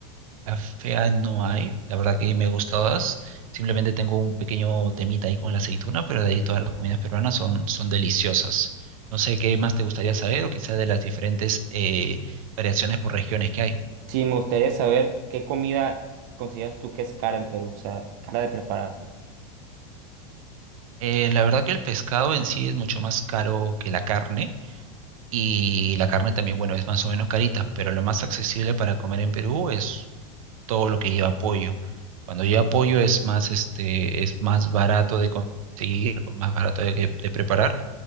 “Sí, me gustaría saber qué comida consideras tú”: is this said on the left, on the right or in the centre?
Right